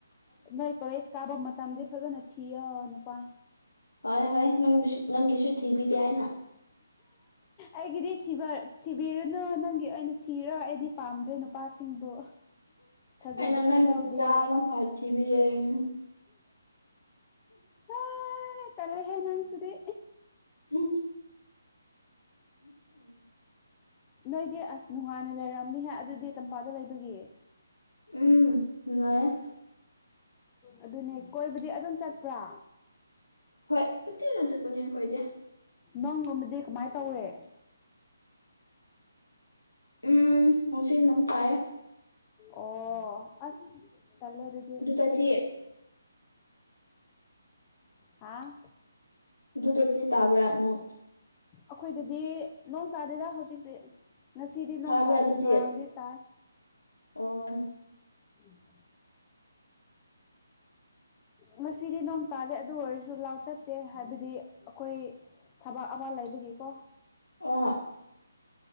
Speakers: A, on the left (about 25°); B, on the left (about 80°).
A: ꯅꯣꯏ ꯀꯣꯂꯦꯁ ꯀꯥꯕ ꯃꯇꯝꯗꯤ ꯐꯖꯅ ꯊꯤꯑꯣ ꯅꯨꯄꯥ
B: ꯍꯣꯏ ꯍꯣꯏ ꯅꯪꯁꯨ ꯅꯪꯒꯤꯁꯨ ꯊꯤꯕꯤꯒꯦ ꯍꯥꯏꯅ
A: ꯑꯩꯒꯤꯗꯤ ꯊꯤꯕ ꯕꯤꯔꯅꯨ ꯅꯪꯒꯤ ꯑꯣꯏꯅ ꯊꯤꯔꯣ ꯑꯩꯗꯤ ꯄꯥꯝꯗ꯭ꯔꯦ ꯅꯨꯄꯥꯁꯤꯡꯕꯨ ꯊꯥꯖꯕꯁꯨ
B: ꯑꯩꯅ ꯅꯪꯒꯤ
A: ꯌꯥꯎꯗꯦ
B: ꯐꯖꯥ ꯑꯃ ꯐꯥꯎ ꯊꯤꯕꯤꯔꯛꯏ
A: ꯑ ꯇꯂꯦ ꯍꯦ ꯅꯣꯁꯤꯗꯤ
B: ꯎꯝ ꯎ ꯎ <unintelligible>
A: ꯅꯣꯏꯗꯤ ꯑꯁ ꯅꯨꯡꯉꯥꯏꯅ ꯂꯩꯔꯝꯅꯤꯍꯦ ꯑꯗꯨꯗꯤ ꯇꯝꯄꯥꯛꯗ ꯂꯩꯕꯒꯤ
B: ꯎꯝ ꯅꯨꯡꯉꯥꯏꯌꯦ
A: ꯑꯗꯨꯅꯦ ꯀꯣꯏꯕꯗꯤ ꯑꯗꯨꯝ ꯆꯠꯄ꯭ꯔꯥ
B: ꯍꯣꯏ ꯇꯠꯇꯤꯅ ꯆꯠꯄꯅꯦ ꯑꯩꯈꯣꯏꯗꯦ
A: ꯅꯣꯡꯒꯨꯝꯕꯗꯤ ꯀꯃꯥꯏꯅ ꯇꯧꯋꯦ
B: ꯎꯝ ꯉꯁꯤ ꯅꯣꯡ ꯇꯥꯏꯌꯦ
A: ꯑꯣ ꯑꯁ ꯇꯜꯂꯦ ꯑꯗꯨꯗꯤ
B: ꯗꯨꯗꯒꯤ
A: ꯍꯥꯥ
B: ꯑꯗꯨꯗꯗꯤ ꯇꯥꯕ꯭ꯔꯥ ꯅꯣꯡ
A: ꯑꯩꯈꯣꯏꯗꯗꯤ ꯅꯣꯡ ꯇꯥꯗꯦꯗꯥ ꯍꯧꯖꯤꯛꯇꯤ ꯉꯁꯤꯗꯤ ꯅꯣꯡ
B: ꯁꯥꯕ꯭ꯔꯥ
A: ꯇꯥꯗꯦ
B: ꯑꯗꯨꯗꯤ
A: ꯉꯔꯥꯡꯗꯤ ꯇꯥꯏ
B: ꯑꯣ
A: ꯎꯝ ꯉꯁꯤꯗꯤ ꯅꯣꯡ ꯇꯥꯗꯦ ꯑꯗꯨ ꯑꯣꯏꯔꯁꯨ ꯂꯥꯎ ꯆꯠꯇꯦ ꯍꯥꯏꯕꯗꯤ ꯑꯩꯈꯣꯏ ꯊꯕꯛ ꯑꯃ ꯂꯩꯕꯒꯤꯀꯣ
B: ꯑꯣ